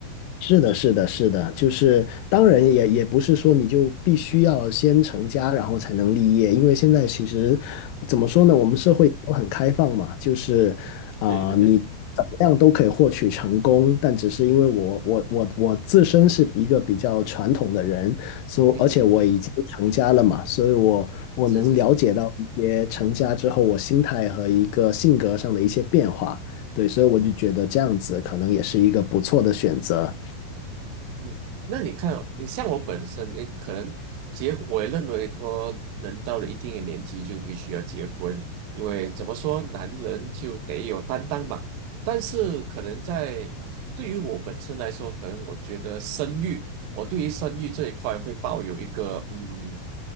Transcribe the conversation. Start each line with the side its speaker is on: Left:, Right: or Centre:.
Left: 是的，是的，是的，就是当然也也不是说你就必须要先成家，然后才能立业，因为现在其实怎么说呢，
Right: 嗯哼，
Left: 我们社会都很开放嘛，就是啊、
Right: 对对对，
Left: 你怎么样都可以获取成功，但只是因为我我我我自身是一个比较传统的人，所而且我已经成家了嘛，
Right: 嗯哼，
Left: 所以我我能了解到一些成家之后我心态和一个性格上的一些变化，
Right: 是是是。
Left: 对，所以我就觉得这样子可能也是一个不错的选择。
Right: 嗯，那你看哦，你像我本身，你可能结，我也认为说，人到了一定的年纪就必须要结婚，因为怎么说，男人就得有担当嘛。但是可能在对于我本身来说，可能我觉得生育，我对于生育这一块会抱有一个，嗯，